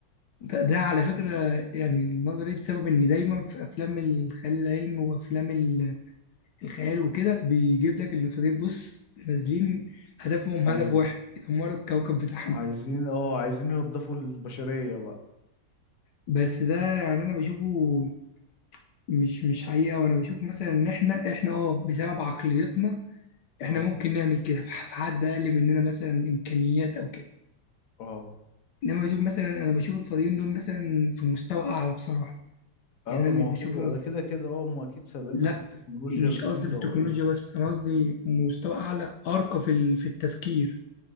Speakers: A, on the left (about 75°); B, on the left (about 55°).
A: ده, ده على فكرة يعني النظرية دي بسبب ان دايما في افلام الخيال العلمي وافلام ال- الخيال وكده بيجيب لك الفضائيين بص نازلين هدفهم
B: ايوه
A: هدف واحد يدمروا الكوكب بتاعهم
B: عايزين اه عايزين ينضفوا البشرية بقى
A: بس ده يعني انا بشوفه مش مش حقيقه وانا بشوف مثلا ان احنا احنا اه بسبب عقليتنا
B: اه
A: احنا ممكن نعمل كده في ح- في حد اقل مننا مثلا امكانيات او كده
B: اه
A: انما بشوف مثلا انا بشوف الفاضيين دول مثلا في مستوى اعلى بصراحه
B: اه
A: يعني
B: ده
A: انا
B: ما
A: مش
B: هو
A: بشوفهم
B: كده ده
A: في
B: كده كده اه هم اكيد سابقنا
A: لا
B: في التكنولوجيا
A: مش
B: بسنين
A: قصدي في
B: ضوئية
A: التكنولوجيا بس انا قصدي مستوى اعلى ارقى في ال- في التفكير